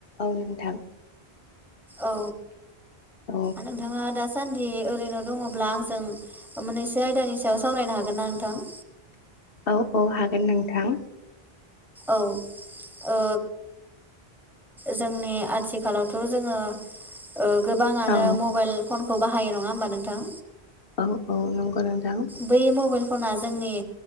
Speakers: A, on the left (about 60°); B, in the centre.
A: औ नोंथां।
B: औ।
A: औ
B: नोंथाङा दा सान सान्दि ओरैनो दङब्ला आंजों मोननैसो आयदानि सायाव सावरायनो हागोन ना नोंथां?
A: औ औ हागोन नोंथां।
B: औ ओ जोंनि आथिखालावथ' जोङो ओ गोबाङानो
A: औ
B: मबाइल फनखौ बाहायो नं ङा होमबा नोंथां
A: औ औ नोंगौ नोंथां।
B: बै मबाइल फना जोंनि